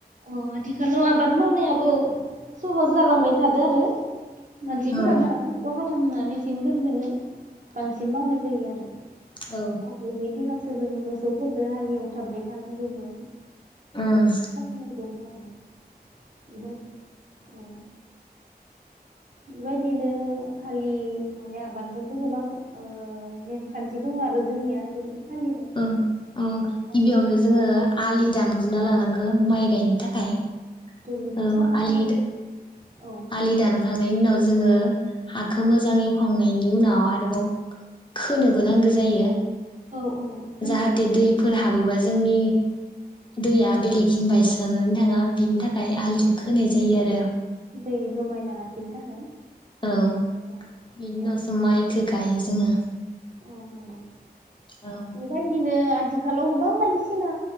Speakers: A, on the right; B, on the left.
A: औ आथिखालाव आबाद मावनायाबो सहस जालांबाय थादों आरो मानसिफोरा
B: औ
A: बारा खस्थ' खालामना मेसिनफोरजोंोनो बांसिन मावनाय जायो आरो।
B: औ
A: आगोलनि दिनाव जों सो जोङो मोसौफोरजों हलिेव थाबबाय थानांगौमोन।
B: अम।
A: नांगौमोन आरो। बेबायदि औ। बेबायदिनो हालि माने आबादजोंबो गोबां नेमखान्थि दं आरो जोंनिया जेरै फालिनाय
B: औ-औ
A: औ हाल
B: गिबियावनो
A: जांख्रा
B: जोङो
A: जेरै
B: आलि दानग्रोनना लानांगौ गो माइ गायनो थाखाय।
A: थंलिखौ
B: औ
A: साफा
B: आलि
A: खालामनो औ
B: आलि दानखांनायनि उनाव जोङो हाखौ मोजां एवखांनायनि उनाव आरोबाव खोनोबो नांगौ जायो
A: औ औ होनांगौ
B: जाहाथे दैफोर हाबा जोंनि दैया बेलेगथिं बायस्र जानानै थाङा बिनि थाखाय ओमफ्राय आलिखौ खोनाय
A: औ
B: जायो आरो
A: दै जमायना लाखिनो थाखाय
B: औ
A: औ
B: बिन
A: नंगौ
B: सम बेखौ गायो जोङो
A: औ नंगौ
B: औ
A: बेबायदिनो आथिखालाव गोबां बायदिसिना